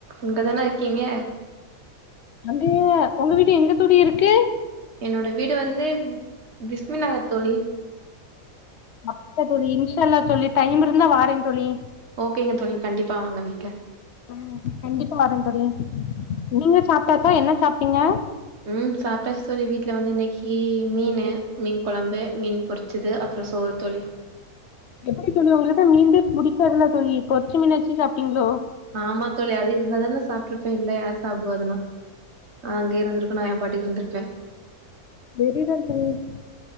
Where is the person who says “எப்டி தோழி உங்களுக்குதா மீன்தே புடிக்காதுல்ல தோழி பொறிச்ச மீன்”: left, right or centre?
Left